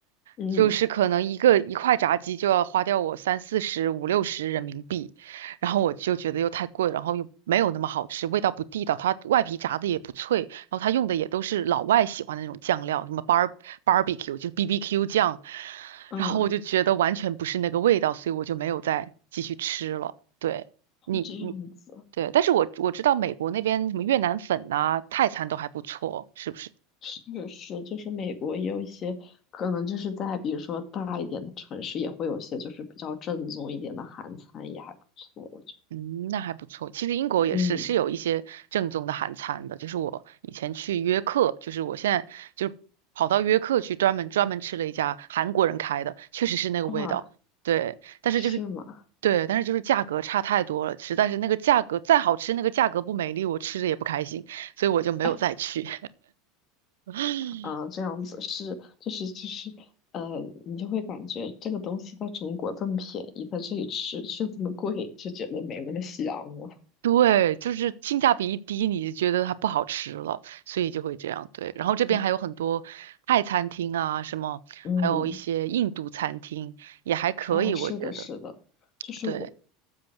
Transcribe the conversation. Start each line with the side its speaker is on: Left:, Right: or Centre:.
Left: 嗯
Right: 就是可能一个一块炸鸡就要花掉我三四十、五六十人民币，然后我就觉得又太贵，然后又没有那么好吃，味道不地道，它外皮炸的也不脆，然后它用的也都是老外喜欢的那种酱料，什么 bar barbecue 就 BBQ 酱，
Left: 嗯，
Right: 然后我就觉得完全不是那个味道，所以我就没有再继续吃了。对。你你
Left: 这样子。
Right: 对，但是我我知道美国那边什么越南粉呐、泰餐都还不错，是不是？
Left: 是是，就是美国也有一些可能就是在比如说大一点的城市，也会有些就是比较正宗一点的韩餐，也还不错，我觉
Right: 嗯，那还不错。其实英国也是是有一些正宗的韩餐的，
Left: 得。嗯，
Right: 就是我以前去约克，就是我现在就跑到约克去专门专门吃了一家韩国人开的，确实是那个味道。
Left: 哇，
Right: 对，但是就是
Left: 是吗？
Right: 对，但是就是价格差太多了，实在是那个价格再好吃，那个价格不美丽，我吃着也不开心，所以我就没有再去。
Left: <laughs>
Right: <laughs>
Left: 啊，这样子是，就是就是呃，你就会感觉这个东西在中国这么便宜，在这里吃却这么贵，就觉得没那么香了。
Right: 对，就是性价比一低，你就觉得它不好吃了，所以就会这样。对，然后这边还有很多泰餐厅啊，
Left: 嗯
Right: 什么，
Left: 嗯，
Right: 还有一些印度餐厅也还可以，
Left: 哦，是的，
Right: 我觉得。
Left: 是的，就是我
Right: 对，